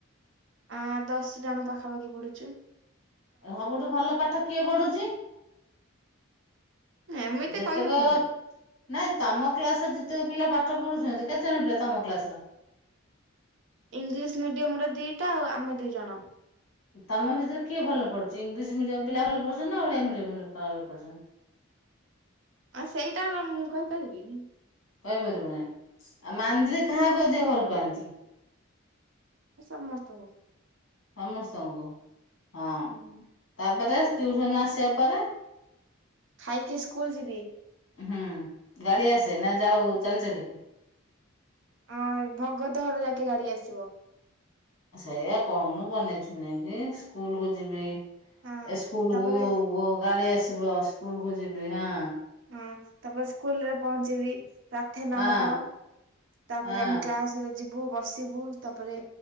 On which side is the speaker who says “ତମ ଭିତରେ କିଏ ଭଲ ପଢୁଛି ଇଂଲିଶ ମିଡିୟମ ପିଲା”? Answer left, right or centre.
Left